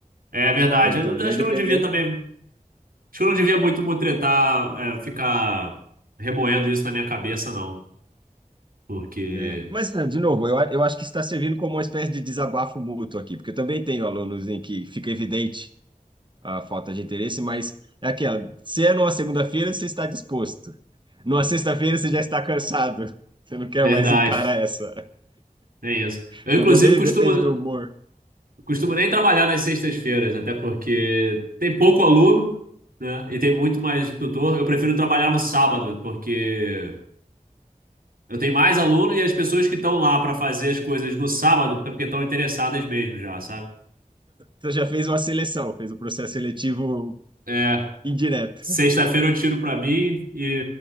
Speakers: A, on the right; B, on the right.
A: É verdade.
B: então,
A: Eu
B: e
A: acho
B: aí dependendo.
A: que eu não devia também Acho que eu não devia muito me tretar, é, ficar remoendo isso na minha cabeça, não. Porque,
B: é. Mas, é, de novo, eu, a- eu acho que está servindo como uma espécie de desabafo mútuo aqui, porque eu também tenho alunos em que fica evidente a falta de interesse, mas é aquela. Se é numa segunda-feira, você está disposto. Numa sexta-feira, você já está cansado. Você não quer
A: verdade,
B: mais encarar essa.
A: tem isso. Eu,
B: Então,
A: inclusive,
B: também
A: costumo,
B: depende do humor.
A: costumo nem trabalhar nas sextas-feiras, até porque tem pouco aluno, né? E tem muito mais tutor. Eu prefiro trabalhar no sábado, porque eu tenho mais aluno e as pessoas que estão lá para fazer as coisas no sábado, é porque estão interessadas mesmo já, sabe?
B: Você já fez uma seleção, fez um processo seletivo
A: É.
B: indireto.
A: Sexta-feira eu tiro pra mim e